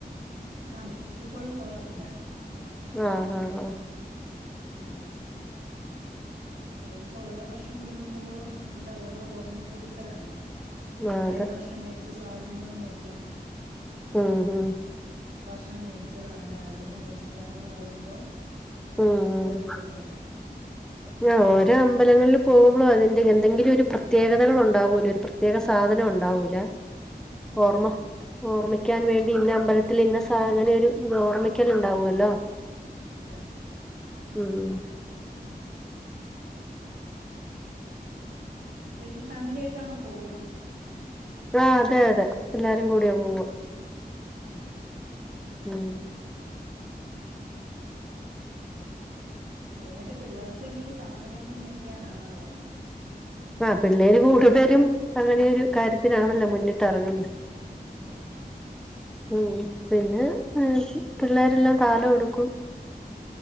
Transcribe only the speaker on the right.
ആഹ് മിക്കപ്പോഴും പോവാറുണ്ടായിരുന്നു.
അവ് അതൊക്കെ ഓരോ വർഷം കൂടുന്തോറും എന്താ ഓരോ ഓർമ്മ പുതുക്കലാണ്.
കഴിഞ്ഞ വർഷം മേടിച്ച സാധനങ്ങള് നോക്കും.
ഷം മേടിച്ചതാണ് അവിടുന്ന് മേടിച്ചതാണെന്ന് പറയുമ്പോ
അതൊക്കെ
ഓരോ രസല്ലേ.
അതെ
അതെ
വീട്ടിൽ ഫാമിലി ആയിട്ടാണോ പോവ?
ആഹ്
മെയിനായിട്ട് പിള്ളേർക്ക് പിന്നെ ഈ സാധനങ്ങള് മേടിക്കാനാണല്ലോ.
അതെ-